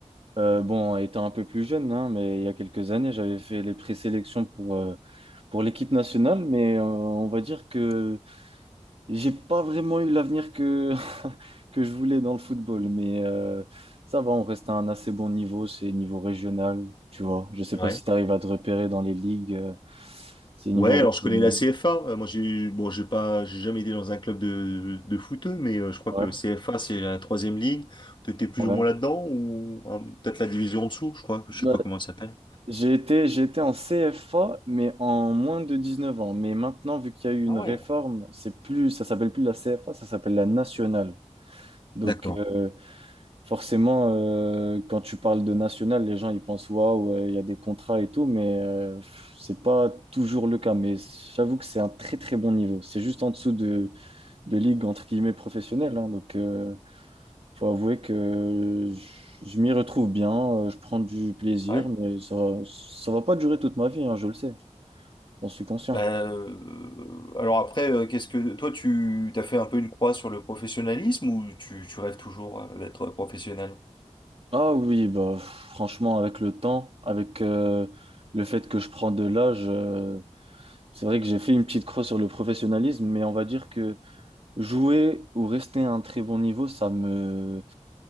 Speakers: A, on the right; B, on the left.
A: Euh, bon, étant un peu plus jeune, hein, mais il y a quelques années, j'avais fait les présélections pour, euh, pour l'équipe nationale, mais euh, on va dire que j'ai pas vraiment eu l'avenir que, <laughs> que je voulais dans le football. Mais euh, ça va, on reste à un assez bon niveau, c'est niveau régional, tu vois. Je sais
B: Ouais.
A: pas si tu arrives à te repérer dans les ligues, euh, c'est niveau
B: Ouais, alors
A: régional.
B: je connais la CFA. Euh, moi, j'ai bon, j'ai pas, j'ai jamais été dans un club de, de foot, mais euh, je crois
A: Ouais,
B: que CFA, c'est la troisième ligue. T'étais plus
A: ouais.
B: ou moins là-dedans ou hein, peut-être la division en dessous, je crois.
A: Bah,
B: Je sais pas comment ça s'appelle.
A: J'ai été, j'ai été en CFA, mais en moins de 19 ans. Mais maintenant, vu qu'il y a eu une
B: Ah ouais.
A: réforme, c'est plus, ça s'appelle plus la CFA, ça s'appelle la nationale. Donc,
B: D'accord.
A: euh, forcément, euh, quand tu parles de nationale, les gens ils pensent waouh, euh, il y a des contrats et tout, mais euh, pff, c'est pas toujours le cas. Mais j'avoue que c'est un très très bon niveau. C'est juste en dessous de, de ligue entre guillemets professionnelle. hein. donc, euh, faut avouer que je, je m'y retrouve bien, euh, je prends du plaisir,
B: Ouais.
A: mais ça va, ça va pas durer toute ma vie, hein, je le sais, j'en suis conscient.
B: Bah, euh, alors après, euh, qu'est-ce que toi tu t'as fait un peu une croix sur le professionnalisme ou tu, tu rêves toujours euh, d'être professionnel?
A: Ah oui, bah franchement, avec le temps, avec euh, le fait que je prends de l'âge, euh, c'est vrai que j'ai fait une petite croix sur le professionnalisme, mais on va dire que jouer ou rester à un très bon niveau, ça me,